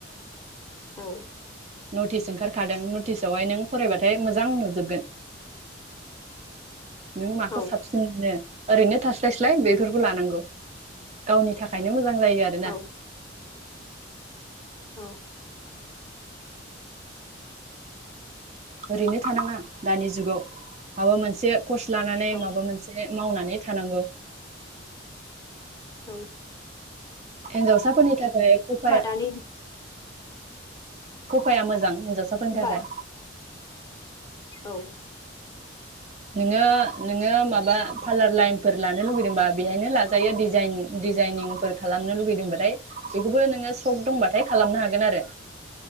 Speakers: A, on the left (about 20°); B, on the right (about 35°).
A: औ
B: नटिस ओंखारखादों नटिसावहाय नों फरायबाथाय मोजां नुजोबगोन। नों माखौ
A: औ
B: साबसिन मोनो ओरैनो थास्लायस्लाय बेफोरखौ लानांगौ। गावनि थाखायनो मोजां जायो आरो ना।
A: औ अ।
B: ओरैनो थानाङा दानि जुगाव। माबा मोनसे कर्स लानानै
A: औ
B: माबा मोनसे मावनानै थानांगौ।
A: औ।
B: हिनजावसाफोरनि थाखाय खफाया
A: दानि
B: खफाया मोजां। हिन्जावसा फोरनि
A: होमबा
B: थाखाय।
A: औ।
B: नोङो नोङो माबा पार्लार लाइनफोर लानो लुगैदोंबा बेहायनो लाजायोजाइन दिजाइन-दिजाइनिंफोर खालामनो लुगैदोंबाथाय बेखौबो नोङो सक दंबाथाय खालामनो हागोन आरो।